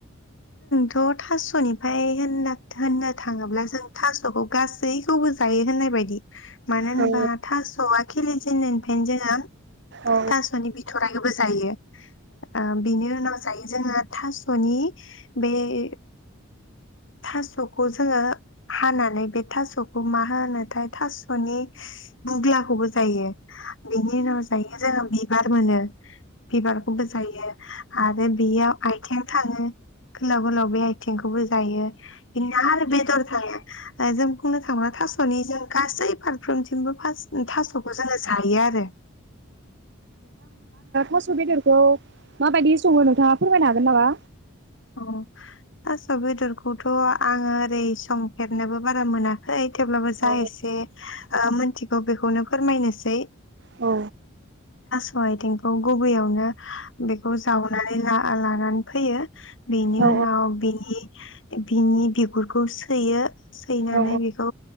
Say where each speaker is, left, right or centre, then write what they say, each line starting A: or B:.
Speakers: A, on the left; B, on the right.
A: जोंथ' थास'निफाय होननाथ होननो थाङोब्ला जों थास'खौ गासैखौबो जायो होननाय बायदि। मानो होनबा
B: औ
A: थास'आ खिलि जेनन्नायनिफायनो जोङो
B: औ
A: थास'नि बिथ'राइखौबो जायो ओ बिनि उनाव जायो। जोङा थास। टनि बेओ थास'खौ जोङो हानानै बे थास'खौ मा होनोथाय थास'नि। बुग्लाखौबो जायो बिनि उनाव जायो जोङो बिब। गार मोनो। बिबारखौबो जायो आरो बेयाव आइथें थाङो गोलाव गोलाव बे आइथिंखोबो जायो। इनना आरो बेदर थांङो। फाइ जों। बुंनो थांब्ला थास'नि जों गासै फारफ्रोमथिंबो फास थास'खौ जोंङो जायो आरो।
B: मोसौ बेदरखौ माबायदि संङो नोंथाङा फोरमायनो हागोन नामा?
A: अ थास' बेदरखौथ'आंङो ओरै संफेरनोबो बारा मोनाखै। थेवब्लाबो जा
B: औ
A: एसे ओ मोनथिगौ बेखौनोब फोरमायनोसै
B: औ
A: अ आइथिंखौ गुबैयावनो बेखौ जावना <unintelligible> लानानै फैयो। बिनि
B: औ
A: उनाव बिनि बिनि बिगुरखौ सैयो। सैनानै
B: औ
A: बेखौ